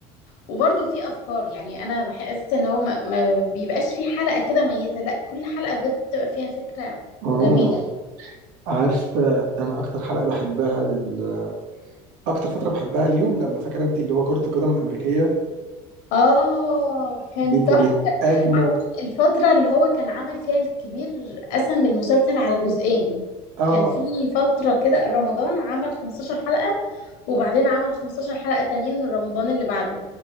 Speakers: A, on the left (about 75°); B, on the right (about 75°).
A: وبرضه في افكار يعني انا بحس ان هو ما, ما بيبقاش في حلقه كده ميته لا كل حلقه بجد بتبقى فيها فكره
B: امم
A: وجميله
B: عارف انا اكتر حلقه بحبها لل اكتر فتره بحبها اليوم لما فاكر انت اللي هو كره القدم الامريكيه
A: اه كان
B: دي
A: تحفه
B: كانت اجمد
A: عارف الفتره اللي هو كان عمل فيها الكبير قسم المسلسل على جزئين
B: اه
A: كان في فتره كده رمضان عمل 15 حلقه وبعدين عمل 15 حلقه تانيين من رمضان اللي بعده